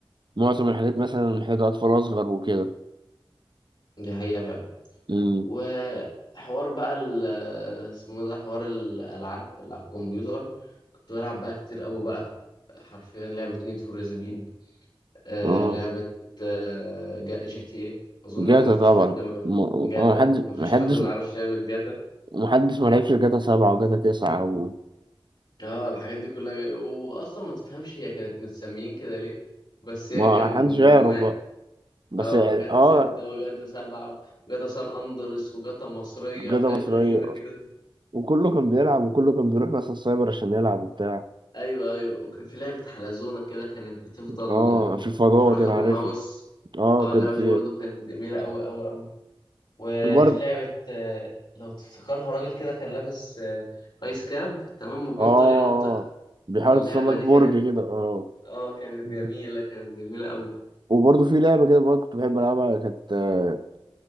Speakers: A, on the right; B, on the left.
A: معظم الحاجات مثلا محتاجه اطفال اصغر وكده
B: دي حقيقة فعلا
A: مم.
B: وحوار بقى ال- اسمه ده حوار الألعاب اللي على الكمبيوتر كنت بلعب بقى كتير قوي بقى حرفيا لعبة نيد فور سبيد آه
A: اه
B: لعبة آه، جا- جي تي ايه أظن
A: جاتا
B: ما فيش
A: طبعا
B: حد ما
A: م- اه
B: جاتا
A: محدش
B: ما فيش
A: محدش
B: حد ما يعرفش لعبة جاتا
A: محدش ما لعبش جاتا سبعة وجاتا تسعة و...
B: اه الحاجات دي كلها جا... وأصلا ما تفهمش هي كانت متسميين كده ليه بس هي
A: ما
B: كانت
A: حدش
B: جمجمات
A: يعرف بقى بس
B: اه
A: اه
B: جاتا ستة وجاتا سبعة وجاتا سان أندرس وجاتا مصرية
A: جاتا
B: وحاجات
A: مصرية
B: غريبة كده
A: وكله كان بيلعب وكله كان بيروح مثلا السايبر عشان يلعب وبتاع
B: ايوه ايوه وكان في لعبه حلزونه كده كانت بتفضل
A: اه
B: آه،
A: في الفضاء
B: تحركها
A: دي انا
B: بالماوس
A: عارفها اه
B: اه
A: كانت
B: اللعبه دي
A: بت-
B: برضو كانت جميله قوي قوي قوي وفي
A: الورد
B: لعبه آه، لو تفتكرها راجل كده كان لابس آه، ايس كاب تمام وبيفضل
A: اه آه، آه،
B: ينط
A: بيحاول
B: اللعبه
A: يتسلق
B: دي
A: برج
B: كانت
A: كده اه
B: اه كانت
A: مم.
B: جميله كانت جميله قوي
A: وبرضه في لعبة كده برضه كنت بحب ألعبها كانت آه،